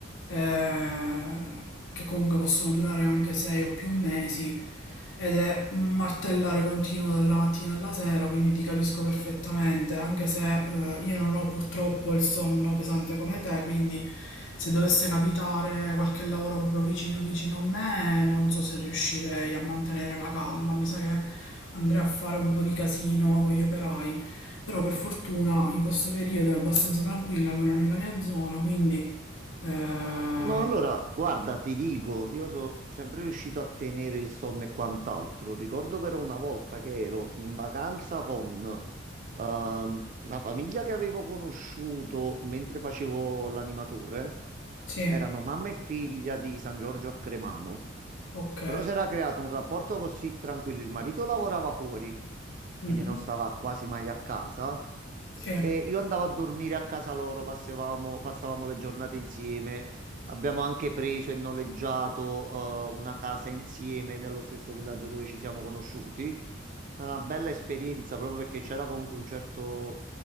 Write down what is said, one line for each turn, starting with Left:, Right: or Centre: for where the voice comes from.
Left: eh, che comunque possono durare anche sei o più mesi, ed è un martellare continuo dalla mattina alla sera, quindi ti capisco perfettamente, anche se eh, io non ho purtroppo il sonno pesante come te, quindi se dovesse capitare qualche lavoro proprio vicino vicino a me, non so se riuscirei a mantenere la calma, mi sa che andrei a fare un po' di casino con gli operai. Però per fortuna in questo periodo è abbastanza tranquilla, almeno nella mia zona, quindi eh,
Right: No, allora, guarda, ti dico, io sono sempre riuscito a tenere il sonno e quant'altro. Ricordo però una volta che ero in vacanza con ehm, una famiglia che avevo conosciuto mentre facevo l'animatore.
Left: sì,
Right: Erano mamma e figlia di San Giorgio a Cremano.
Left: ok.
Right: Però si era creato un rapporto così tranquillo. Il marito lavorava fuori,
Left: Mhm,
Right: quindi non stava quasi mai a casa.
Left: Sì.
Right: E io andavo a dormire a casa loro, passavamo, passavamo le giornate insieme. Abbiamo anche preso e noleggiato, eh, una casa insieme nello stesso villaggio dove ci siamo conosciuti. È stata una bella esperienza proprio perché c'era comunque un certo